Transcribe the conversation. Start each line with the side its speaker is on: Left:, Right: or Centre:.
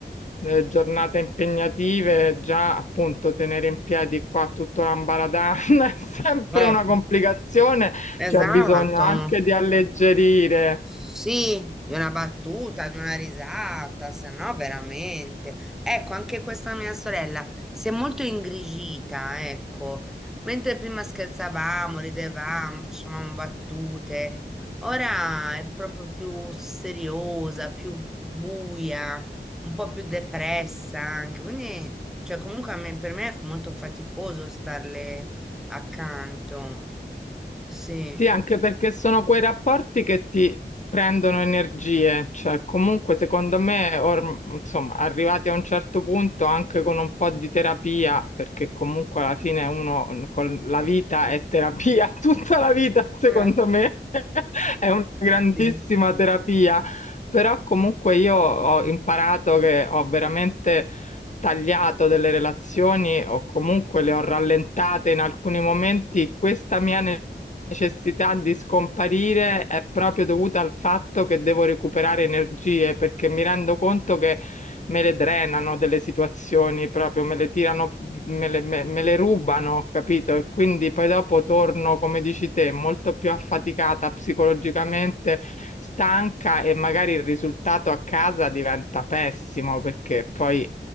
Left: eh, giornate impegnative, già appunto tenere in piedi qua tutto l'ambaradan <laughs> è sempre
Centre: Eh,
Left: una complicazione,
Centre: esatto.
Left: c'è bisogno anche di alleggerire.
Centre: Sì, di una battuta, di una risata, se no veramente. Ecco, anche questa mia sorella si è molto ingrigita, ecco. Mentre prima scherzavamo, ridevamo, facevamo battute, ora è proprio più seriosa, più buia, un po' più depressa anche. Quindi, cioè, comunque a me- per me è molto faticoso starle accanto. Sì.
Left: Sì, anche perché sono quei rapporti che ti prendono energie, cioè comunque secondo me, orm- insomma, arrivati a un certo punto anche con un po' di terapia, perché comunque alla fine uno mm, con la vita è terapia, <laughs> tutta la vita secondo
Centre: Eh,
Left: me <laughs> è una grandissima
Centre: sì.
Left: terapia, però comunque io ho imparato che ho veramente tagliato delle relazioni o comunque le ho rallentate in alcuni momenti, questa mia necessità di scomparire è proprio dovuta al fatto che devo recuperare energie, perché mi rendo conto che me le drenano delle situazioni, proprio me le tirano, me le, me- me le rubano, capito? E quindi poi dopo torno, come dici te, molto più affaticata psicologicamente, stanca e magari il risultato a casa diventa pessimo, perché poi